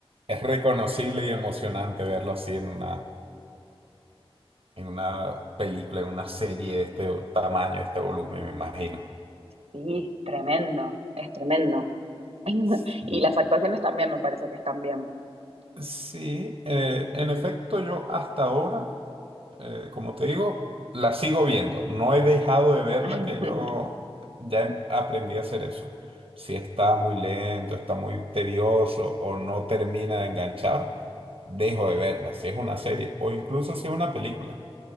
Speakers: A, on the right; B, on the right.
A: es reconocible y emocionante verlo así en una... en una película, en una serie de este tamaño, de este volumen, me imagino.
B: Sí, tremendo, es tremendo. <laughs>
A: Sí,
B: Y las actuaciones también me parece que están bien.
A: Sí, eh, en efecto, yo hasta ahora, eh, como te digo, la sigo viendo. No he dejado de verla,
B: <laughs>
A: que yo ya em- aprendí a hacer eso. Si está muy lento, está muy tedioso o no termina de enganchar, dejo de verla. Si es una serie o incluso si es una película.